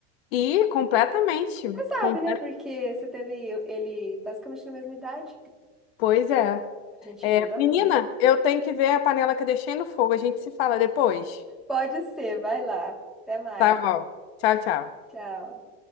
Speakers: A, on the left (about 65°); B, in the centre.
A: E completamente,
B: Você sabe,
A: completamente.
B: né? Porque você teve ele basicamente na mesma idade.
A: Pois é.
B: A gente
A: É,
B: muda
A: menina,
B: muito.
A: eu tenho que ver a panela que eu deixei no fogo. A gente se fala depois.
B: Pode ser, vai lá. Até mais.
A: Tá bom. Tchau, tchau.
B: Tchau.